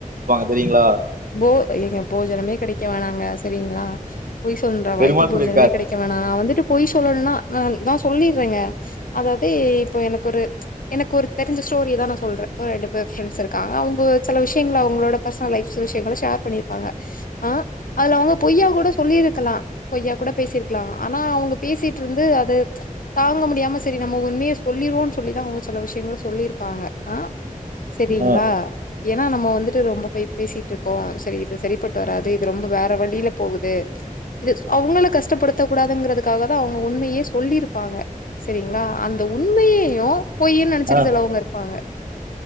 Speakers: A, on the right; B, on the left.
A: செரிங்ளா
B: போ ஏங்க போஜனமே கெடைக்க வேனாங்க செரிங்ளா பொய் சொன்ற
A: பெருமாள்
B: வாய்கி போஜனமே
A: சொல்லியிருக்கார்
B: கிடைக்கவேணா நா வந்துட்டு போய் சொல்லணுனா நான் நா சொல்லிர்ங்க அதாவது இப்போ எனக்கு ஒரு ப்ச் எனக்கு ஒரு தெரிஞ்ச ஸ்டோரியதா நா சொல்ற ஒரு ரெண்டு பேர் ஃப்ரெண்ட்ஸ் இருக் காணாம போச்சு சில விஷ்யங்கள அவ்ங்களோட பர்சனல் லைஃப் சில விஷ்யங்கள ஷேர் பண்ணிருப்பாங்க ஆஹ் அதுல அவுங்க பொய்யா கூட சொல்லிருக் க்கலாம் பொய்யா கூட பேசிருக்கலா ஆனா அவ்ங்க பேசிட்ருந்து அது தாங்க முடியாம செரி நம்ம உண்மையே சொல்லிருவோ சொல்லிதா அவ்ங்க சில விஷ்யங்கள சொல்லிருப்பாங்க ஆஹ் செரிங்ளா
A: ஆஹ்
B: ஏனா நம்ம வந்துட்டு ரொம்ப பயிப் தீட்ருக்கோ சரி இது சரிப்பட்டு வராது இது ரொம்ப வேற வழில போகுது இது ஸ் அவுங்கள கஷ்டப்படுத்த கூடாதுங்கிறதுக்காகதான் அவுங்க உண்மயே சொல்லிருப்பாங்க செரிங்ளா அந்த உண்மேயயு பொய்யின் நெனச்சிட்டு
A: ஆஹ்
B: செலவுங்க இருப்பாங்க